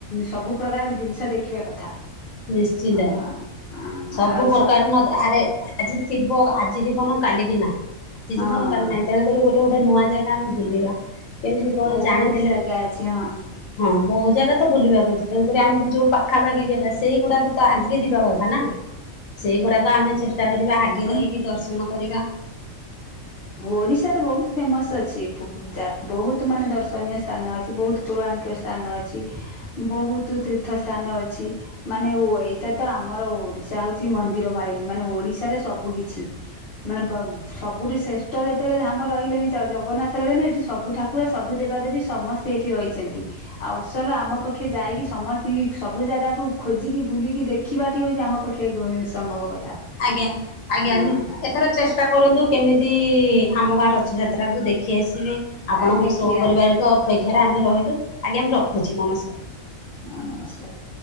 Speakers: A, on the left (about 50°); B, on the left (about 75°).
A: ସବୁ ପ୍ରକାର ଜିନିଷ ଦେଖିବା କଥା।
B: ନିଶ୍ଚିନ୍ତ
A: ଆ
B: ସବୁ
A: ଆଉ
B: ପ୍ରକାର ନ ଦେ ଆରେ ଆଜି ଥିବ ଆଜି ଜୀବନ କାଲି କି ନାହିଁ ଆଜି
A: ହଁ
B: ଜୀବନ କାଲି ନାହିଁ। ତେଣୁକରି ଗୋଟେ-ଗୋଟେ ନୂଆ ଜାଗା ଆମେ ବୁଲିବା କେମିତି କଣ
A: ଓ
B: ଜାଣିଥେଲେ
A: ବହୁତ ଜାଗା ଅଛି ହଁ
B: ହଁ ବହୁ ଜାଗା ତ ବୁଲିବାକୁ ଅଛି, ତେଣୁକରି ଆମକୁ ଯୋଉ ପାଖାପାଖି ଜେଗା ସେଇଗୁଡାକୁ ତ ଆଗେ ଯିବା କ ଥା ନା ସେଇଗୁଡାକ ଆମେ ଚେଷ୍ଟା କରିବା ଆଗେ
A: ହଁ
B: ଯାଇକି ଦର୍ଶନ କରିବା।
A: ଓଡିଶାରେ ବହୁତ୍ ଫେମସ୍ ଅଛି, ବହୁତ୍ ମାନେ ଦର୍ଶନୀୟ ସ୍ଥାନ ଅଛି ବହୁତ୍ ପୌରାଣିକ ସ୍ଥାନ ଅଛି ବହୁତ ତୀର୍ଥ ସ୍ଥାନ ଅଛି। ମାନେ ଓ ଏଇଟା ତ ଆମର ଓଡିଶା ହଉଛି ମନ୍ଦିରମାଳିନୀ ମାନେ ଓଡିଶାରେ ସବୁକିଛି। ମାନେ ବାଉ ସବୁଠୁ ଶ୍ରେଷ୍ଠ ଯେତେବେଳେ ଧାମ ରହିଲେନି ଜଗନ୍ନାଥ ରହିଲନି ଏଠି ସବୁ ଠାକୁର ସବୁ ଦେବାଦେବୀ ସମସ୍ ସ୍ତେ ଏଇଠି ରହିଚନ୍ତି। ଆଉ ଅସଲ ଆମ ପକ୍ଷେ ଯାଇକି ସମସ୍ତିଙ୍କି ସବୁ ଜାଗାକୁ ଖୋଜିକି ବୁଲିକି ଦେ ଖିବାଟି ହଉଛି ଆମ ପକ୍ଷେ ସମ୍ଭବ କଥା।
B: ଆଜ୍ଞା-ଆଜ୍ଞା।
A: ହଁ
B: ଏଥର ଚେଷ୍ଟା କରନ୍ତୁ କେମିତି ଆମ ଗାଁ ରଥଯାତ୍ରାକୁୁ ଦେଖି ଆସିବେ। ଆପଣଙ୍କ
A: ଆ ଦେଖିଆ
B: <unintelligible> ପରିବାରକୁ ଅପେକ୍ଷାରେ ଆମେ ରହିଲୁ, ଆଜ୍ଞା ମୁ ରଖୁଚି ନମସ୍କାର୍।
A: ହଁ ନମସ୍କାର୍।